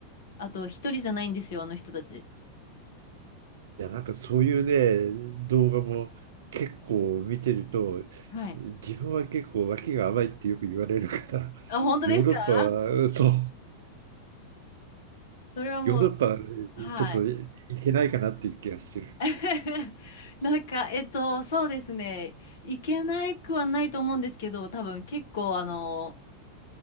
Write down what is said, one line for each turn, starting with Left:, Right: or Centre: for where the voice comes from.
Left: あと一人じゃないんですよ、あの人たち。
Right: いや、なんかそういうね、動画も結構見てると、
Left: はい。
Right: 自分は結構脇が甘いってよく言われるから、
Left: あ、本当ですか
Right: ヨーロッパは、
Left: <laughs>
Right: そう。
Left: それはもう、
Right: ヨーロッパ
Left: はい。
Right: ちょっと行けないかなっていう気がしてる。
Left: <laughs> なんか、えっと、そうですね。いけないくはないと思うんですけど、多分結構あの、